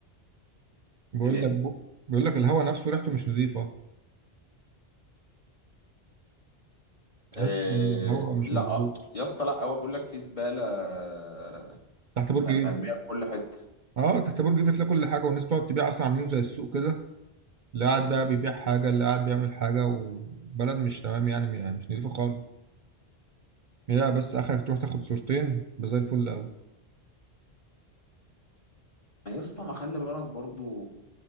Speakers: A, on the right (about 55°); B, on the left (about 45°).
A: بيقول
B: ايه
A: لك بو... بيقول لك الهواء نفسه ريحته مش نظيفه تحس
B: آه
A: ان الهواء مش
B: لا
A: مظبوط
B: آه، يا اسطى لا هو بيقول لك في زباله آه،
A: تحت برج
B: م-
A: ايفل
B: مرميه في كل حته
A: اه تحت برج ايفل تلاقي كل حاجه والناس بتقعد تبيع اصلا عاملين زي السوق كده اللي قاعد بقى بيبيع حاجه اللي قاعد بيعمل حاجه وبلد مش تمام يعني يعني مش نظيفه خالص هي بس اخرك تروح تاخد صورتين بزي الفل قوي
B: يا اسطى ما خلي بالك برضو